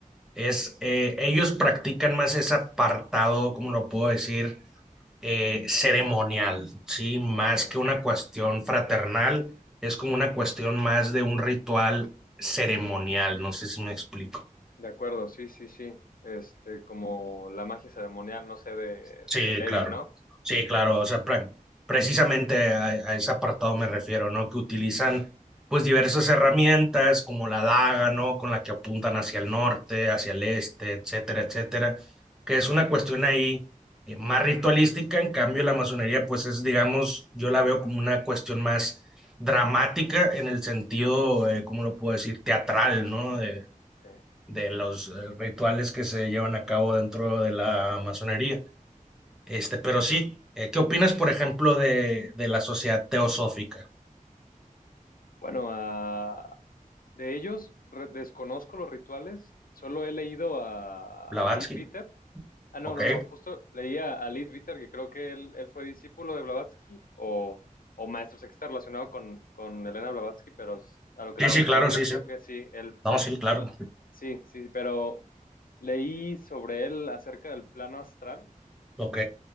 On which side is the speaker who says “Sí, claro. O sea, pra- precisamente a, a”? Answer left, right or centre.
Centre